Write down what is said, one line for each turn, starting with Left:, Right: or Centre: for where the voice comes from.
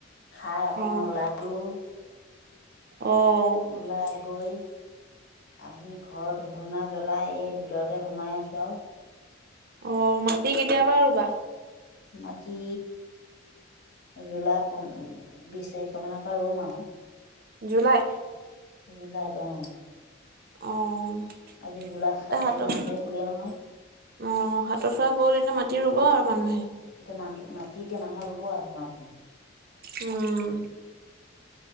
Left: খাই অকমান
Right: অ
Left: ওলালো।
Right: অঁ!
Left: ওলাই গৈ আহি ঘৰত ধূপ-ধূনা জ্বলাই এই ভিতৰতে সোমাই আছোঁ আৰু।
Right: অ মাটি কেতিয়া পা ৰুবা?
Left: মাটি জুলাই পোন বিছ তাৰিখ মানৰ পৰা ৰোম আৰু।
Right: জুলাই?
Left: জুলাইত অ'।
Right: অ'।
Left: আজি জুলাইৰ
Right: এতিয়া
Left: সাত
Right: হাতৰ
Left: তাৰিখ নে আঠ তাৰিখ হ'লে নহয়।
Right: অ' সাতৰ চোৱা গ'ল এতিয়া মাটি ৰুব আৰু মানুহে।
Left: এতিয়া মানুহ মাটি এতিয়া মানুহৰ ৰুব আৰু মানুহ।
Right: উম।